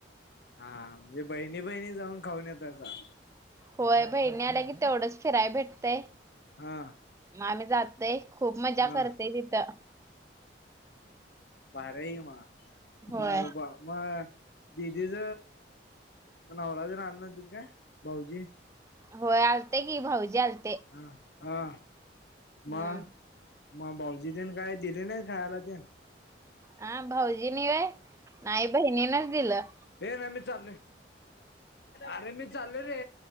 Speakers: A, on the left; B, on the right.
A: हा म्हणजे बहिणी बहिणी जाऊन खाऊन येतायसा.
B: होय बहिणी आल्या की तेवढंच फिराय भेटतंय.
A: हा.
B: मग आम्ही जातय खूप मजा
A: हा
B: करतेय तिथं. <inaudible>
A: भर आहे की म,
B: होय
A: अरे बाबा. दिदीच नवरा तेन आल नव्हातीत काय, भाऊजी?
B: होय आलते की भाऊजी आलते.
A: ह‌ हा
B: हम्म
A: म? मग भाऊजी तेन काय दिले नाहीत खायला तेन?
B: हा भाऊजीनी वय नाही बहिणीनच दिलं.
A: हे नाहि मि चाललोय अरे मी चाललोय रे.